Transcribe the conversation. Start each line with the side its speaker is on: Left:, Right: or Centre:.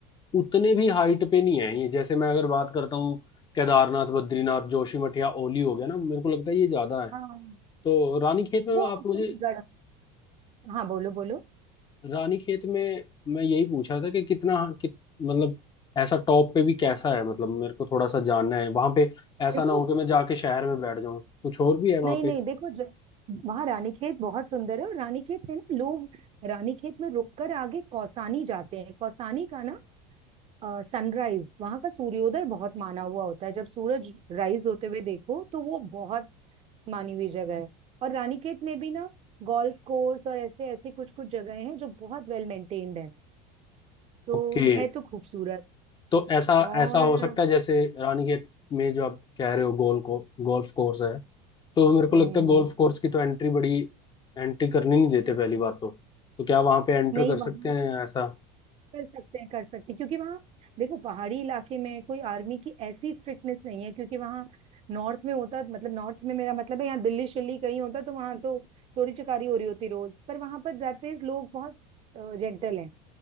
Left: उतने भी हाइट पे नहीं है ये जैसे मैं अगर बात करता हूँ केदारनाथ बद्रीनाथ जोशीमठ या ओली हो गया ना मेरे को लगता है ये ज्यादा है
Right: हाँ
Left: तो रानीखेत में
Right: वो
Left: आप
Right: एक्चुअली
Left: मुझे
Right: गढ़ हाँ बोलो बोलो
Left: रानीखेत में मैं यही पूछ रहा था कि कितना कित, मतलब ऐसा टॉप पे भी कैसा है मतलब मेरे को थोड़ा सा जानना है वहां पे ऐसा
Right: देखो
Left: ना हो कि मैं जाके शहर में बैठ जाऊं कुछ और भी है वहां
Right: नहीं
Left: पे
Right: नहीं देखो ज... वहां रानीखेत बहुत सुंदर है और रानीखेत से ना लोग रानीखेत में रुककर आगे कौसानी जाते हैं कौसानी का ना सनराइज वहां का सूर्योदय बहुत माना हुआ होता है जब सूरज राइज होते हुए देखो तो वो बहुत मानी हुई जगह है और रानीखेत में भी ना गोल्फ कोर्स और ऐसे ऐसे कुछ कुछ जगह हैं जो बहुत वेल मेंटेन्ड हैं तो
Left: ओके
Right: है तो खूबसूरत
Left: तो ऐसा
Right: और
Left: ऐसा हो सकता
Right: हम्म
Left: है जैसे रानीखेत में जो आप कह रहे हो गोल को गोल्फ कोर्स है तो मेरे को
Right: हम्म
Left: लगता है
Right: हम्म,
Left: गोल्फ कोर्स की तो एंट्री बड़ी एंट्री करनी नहीं देते पहली बात तो तो क्या वहां पे एंटर
Right: नहीं
Left: कर सकते
Right: वहाँ
Left: हैं ऐसा
Right: कर सकते हैं कर सकते हैं क्योंकि वहाँ देखो पहाड़ी इलाके में कोई आर्मी की ऐसी स्ट्रिक्टनेस नहीं है क्योंकि वहाँ नॉर्थ में होता मतलब नॉर्थ में मेरा मतलब है यहाँ दिल्ली शिल्ली कहीं होता तो वहाँ तो चोरी चकारी हो रही होती रोज पर वहाँ पर दैट मीन्स लोग बहुत जेंटल हैं